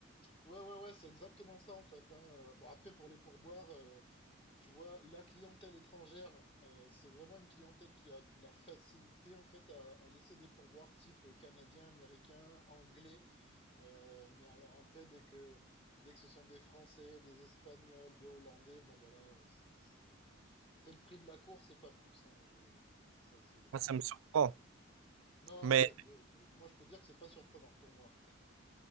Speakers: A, on the left (about 25°); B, on the right (about 80°).
A: Ouais, ouais, ouais, c'est exactement ça en fait. hein. Euh, Bon, après, pour les pourboires, euh, tu vois, la clientèle étrangère, euh, c'est vraiment une clientèle qui a de la facilité en fait à, à laisser des pourboires type canadien, américain, anglais. Euh, mais alors après, dès que, dès que ce sont des Français, des Espagnols, des Hollandais, bon ben là, c'est, c'est- C'est le prix de la course et pas plus. hein, je... Ça, c'est...
B: Moi, Ça me surprend.
A: Non,
B: Mais
A: bah, bah, bah, moi, je peux dire que c'est pas surprenant pour moi.